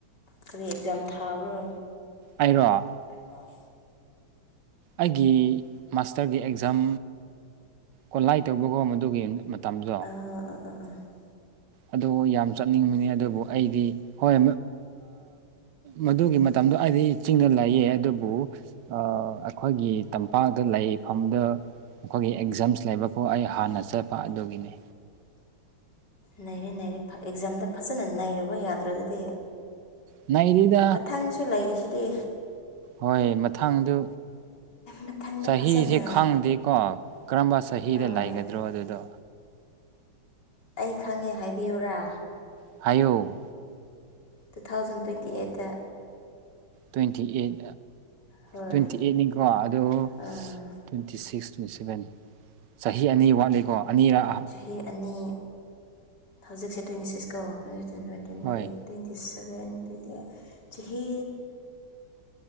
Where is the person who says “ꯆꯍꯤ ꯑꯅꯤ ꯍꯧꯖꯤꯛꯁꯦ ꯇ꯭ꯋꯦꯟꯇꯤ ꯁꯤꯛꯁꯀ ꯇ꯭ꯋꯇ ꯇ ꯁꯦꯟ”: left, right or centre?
Left